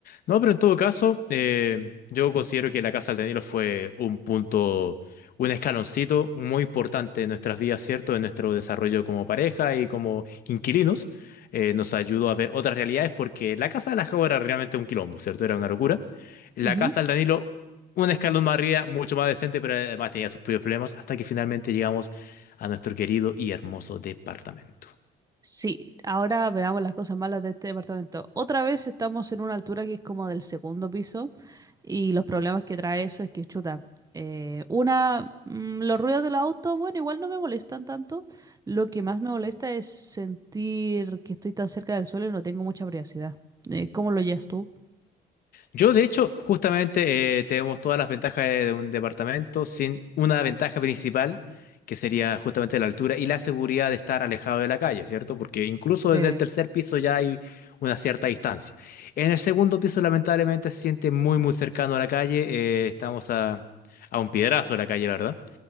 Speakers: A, on the left (about 60°); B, on the right (about 20°).
A: No, pero en todo caso, eh, yo considero que la Casa del Danilo fue un punto, un escaloncito muy importante en nuestras vidas, ¿cierto? En nuestro desarrollo como pareja y como inquilinos. Eh, nos ayudó a ver otras realidades porque la Casa de la Jau era realmente un quilombo, ¿cierto? Era una locura. La
B: Ujú.
A: Casa del Danilo, un escalón más arriba, mucho más decente, pero además tenía sus propios problemas hasta que finalmente llegamos a nuestro querido y hermoso departamento.
B: Sí, ahora veamos las cosas malas de este departamento. Otra vez estamos en una altura que es como del segundo piso y los problemas que trae eso es que, chuta, eh, una, mm, los ruidos del auto, bueno, igual no me molestan tanto. Lo que más me molesta es sentir que estoy tan cerca del suelo y no tengo mucha privacidad. Eh, ¿cómo lo llevas tú?
A: Yo, de hecho, justamente eh, tenemos todas las ventajas de, de un departamento sin una ventaja principal, que sería justamente la altura y la seguridad de estar alejado de la calle, ¿cierto? Porque incluso
B: Sí,
A: desde el tercer piso ya hay una cierta distancia. En el segundo piso, lamentablemente, se siente muy, muy cercano a la calle. eh, estamos a, a un piedrazo de la calle, la verdad.